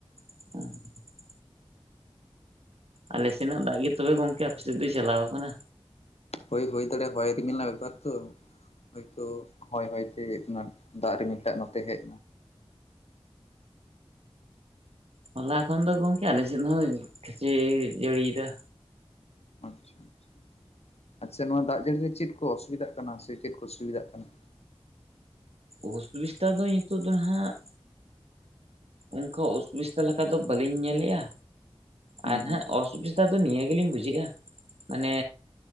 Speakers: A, on the right; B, on the left.
A: <unintelligible> ᱟᱞᱮ ᱥᱮᱱᱟᱜ ᱫᱟᱜ ᱜᱮ ᱛᱚᱵᱮ ᱜᱚᱝᱠᱮ ᱟᱯᱮᱥᱮᱫ ᱫᱚᱭ ᱪᱟᱞᱟᱣ ᱠᱟᱱᱟ᱾
B: ᱦᱳᱭ ᱦᱳᱭ ᱫᱟᱲᱮᱜᱼᱟ ᱦᱚᱭ ᱨᱤᱢᱤᱞ ᱨᱮᱱᱟᱜ ᱵᱮᱯᱟᱨ ᱛᱚ᱾ ᱦᱳᱭᱛᱚ ᱦᱚᱭ ᱦᱚᱭ ᱛᱮ ᱚᱱᱟ ᱫᱟᱜ ᱨᱤᱢᱤᱞᱴᱟᱜ ᱱᱚᱛᱮ ᱦᱮᱡ
A: ᱦᱚᱞᱟ ᱠᱷᱚᱱ ᱫᱚ ᱜᱳᱝᱠᱮ ᱟᱞᱮ ᱥᱮᱱ ᱫᱚ ᱦᱚᱭ ᱡᱮ ᱡᱟᱹᱲᱤᱭᱮᱫᱟ᱾
B: ᱟᱪᱪᱷᱟ ᱟᱪᱪᱷᱟ ᱟᱪᱪᱷᱟ ᱱᱚᱣᱟ ᱫᱟᱜ ᱡᱟᱹᱲᱤ ᱨᱮ ᱪᱮᱫ ᱠᱚ ᱚᱥᱩᱵᱤᱫᱷᱟᱜ ᱠᱟᱱᱟ ᱥᱮ ᱪᱮᱫ ᱠᱚ ᱥᱩᱵᱤᱫᱷᱟᱜ ᱠᱟᱱᱟ?
A: ᱩᱥ ᱩᱥᱴᱟ ᱫᱚᱭ ᱱᱤᱛᱳᱜ ᱫᱚ ᱱᱟᱦᱟᱜ ᱟᱱᱠᱟ ᱚᱥᱩᱵᱤᱫᱷᱟ ᱞᱮᱠᱟ ᱫᱚ ᱵᱟᱹᱞᱤᱧ ᱧᱮᱞᱮᱜᱼᱟ
B: ᱦᱩᱸ
A: ᱟᱨ
B: ᱦᱩᱸ
A: ᱦᱟᱜ ᱚᱥᱩᱵᱤᱥ ᱱᱮᱛᱟᱨ ᱫᱚ ᱱᱤᱭᱟᱹ ᱜᱮᱞᱤᱧ ᱵᱩᱡᱷᱮᱜ-ᱟ, ᱢᱟᱱᱮ